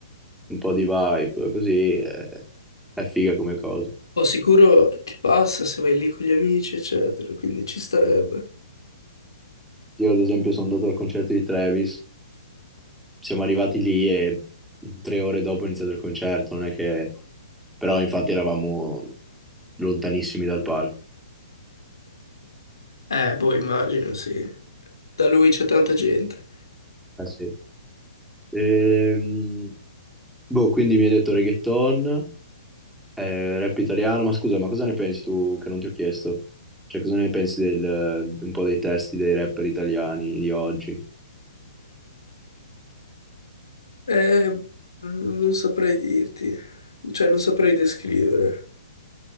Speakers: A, in the centre; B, on the left (about 70°).
A: un po' di vibe, così, è, è figa come cosa.
B: Poi sicuro ti passa se vai lì con gli amici, eccetera, quindi ci starebbe.
A: Io ad esempio sono andato al concerto di Travis, siamo arrivati lì e tre ore dopo è iniziato il concerto, non è che... Però infatti eravamo lontanissimi dal palco.
B: Eh, boh, immagino, sì. Da lui c'è tanta gente.
A: Eh sì. Ehm, boh, quindi mi hai detto reggaeton, eh, rap italiano, ma scusa, ma cosa ne pensi tu che non ti ho chiesto? Cioè cosa ne pensi del, un po' dei testi dei rapper italiani di oggi?
B: Eh, mm, non saprei dirti, cioè non saprei descrivere.